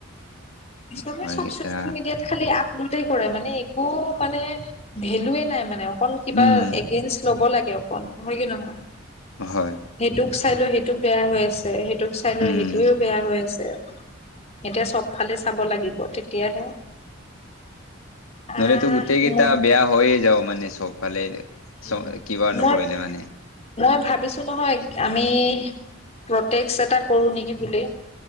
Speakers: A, on the left (about 30°); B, on the left (about 80°).
A: পিছলে
B: নকৰকেইটা
A: চব চচিয়েল মিডিয়াত খালি আপলোডে কৰে মানে, একো মানে ভেলুয়ে নাই মানে অকণ কিবা
B: উম
A: এগে ল'ব লাগে অকণ হয় কি নহয়?
B: হয়।
A: সেইটোক চাই লও সেইটোক বেয়া হৈ আছে, সেইটোক চাই লও
B: উম
A: সেইটোয়েও বেয়া হৈ আছে। এতিয়া চবফালে চাব লাগিব তেতিয়াহে আহ
B: নহলেতো গোটেই কেইটা
A: মই
B: বেয়া হৈয়ে যাব মানে চবফালে।
A: উম,
B: চ কিবা নকৰিলে
A: মই
B: মানে
A: মই ভাবিছো নহয়, আমি প্ৰটেস্ত এটা কৰো নেকি বুলি।